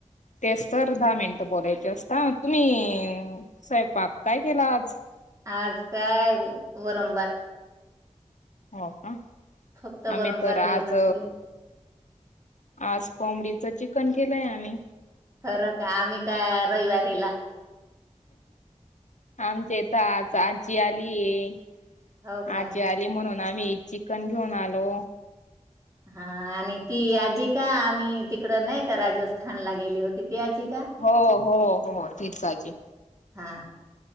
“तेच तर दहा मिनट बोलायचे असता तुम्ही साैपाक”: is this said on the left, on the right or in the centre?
Left